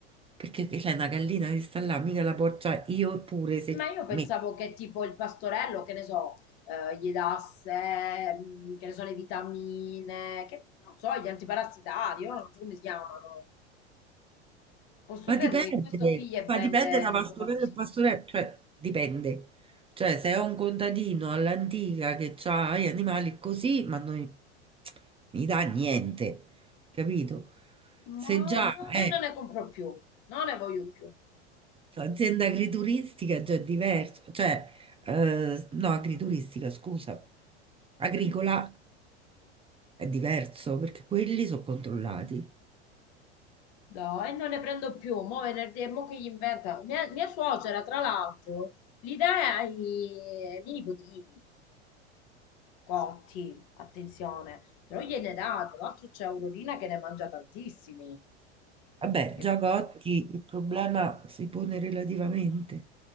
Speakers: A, on the right; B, on the left.
A: Perché che c'è una gallina che sta là, mica la porcia io pure se
B: Ma io pensavo
A: me.
B: che tipo il pastorello, che ne so, eh, gli dasse, mm, che ne so, le vitamine, che non so, gli antiparassitari, io non so come si chiamano. Posso
A: Ma
B: credere
A: dipende,
B: che questo piglia e
A: ma
B: vende
A: dipende da
B: le
A: pastorello
B: uova così.
A: e pastorello, cioè dipende. Cioè se è un contadino all'antica che ha gli animali così, ma non gli gli dà niente, capito? Se
B: Ma
A: già è
B: ma non ne compro più, non ne voglio più.
A: azienda agrituristica già è diverso, cioè eh, no, agrituristica, scusa, agricola è diverso perché quelli sono controllati.
B: No, e non ne prendo più. Mo' venerdì, e mo' che gli inventa. Mia, mia suocera, tra l'altro, li dà ai ai miei nipotini cotti, attenzione. Però gliene dà, tra l'altro c'è Aurorina che ne mangia tantissimi.
A: Vabbè,
B: Che-
A: già Gotti il problema si pone relativamente.